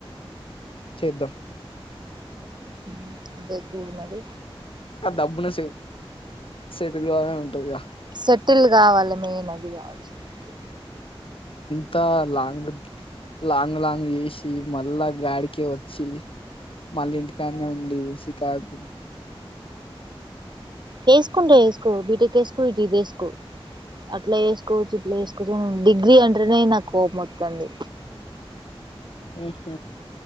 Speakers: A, on the left (about 65°); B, on the right (about 50°).
A: చేద్దాం
B: ఉం అదే చూడు మరి
A: కన్ దబ్బుణ సే సెట్టిల్ గావాలని ఉంటది గా
B: సెటిల్ కావాలి మెయిన్ అది కావాల్సి మనకి
A: అంత లాంగ్ లాంగ్ లాంగ్ చేసి మళ్ళా గాడికే వచ్చి మళ్ళీ ఇంటికానే ఉ శికాకు
B: చేసుకుంటే చేసుకో బీటికేసుకో ఇటు ఇదేసుకో అట్లా చేసుకోవచ్చు ఇట్లా వేసుకోవచ్చు గను డిగ్రీ అంటే అరినే నా కోపం వత్తంది
A: ఉహ్